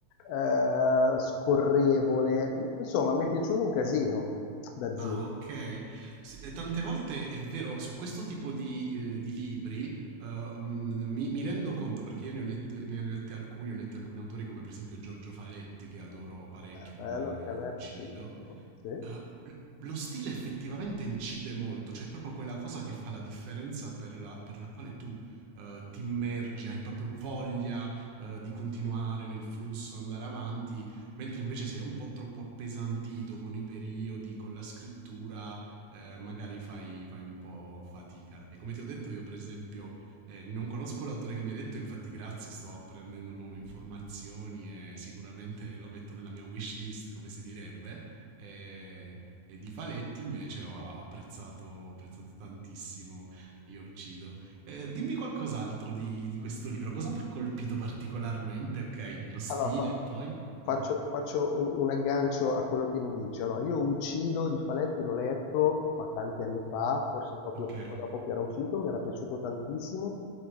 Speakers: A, on the left; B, on the right.
A: eh, scorrevole, insomma mi è piaciuto un casino da zero.
B: Ah, ok. Sì, eh, tante volte è vero, su questo tipo di, eh, di libri eh, mm, mi, mi rendo conto perché io ne ho letto- ne ho letti alcuni, ho letti alcuni autori come per esempio Giorgio Faletti, che adoro parecchio con
A: Bello, anche
B: eh, Io
A: a me
B: uccido.
A: è piaciuto. no? Sì.
B: Eh, lo stile effettivamente incide molto, cioè è proprio quella cosa che fa la differenza per la, per la quale tu eh, ti immergi, hai proprio voglia eh, di continuare nel flusso, andare avanti mentre invece se è un po' troppo appesantito con i periodi, con la scrittura, eh, magari fai, fai un po' fatica. E come ti ho detto io, per esempio, eh, non conosco l'autore che mi ha detto, infatti grazie, sto apprendendo nuove informazioni e sicuramente lo metto nella mia wish list, come si direbbe. E, e di Faletti invece ho apprezzato, apprezzato tantissimo Io uccido. Eh, dimmi qualcos'altro di, di questo libro, cosa ti ha colpito particolarmente? Ok, lo stile
A: Allora, fa-
B: poi?
A: faccio,
B: Mhm.
A: faccio un, un aggancio a quello che mi dice. Allora, io Uccido di Faletti l'ho letto, ma tanti anni fa, forse proprio
B: Okay,
A: poco dopo che era uscito, mi era piaciuto tantissimo,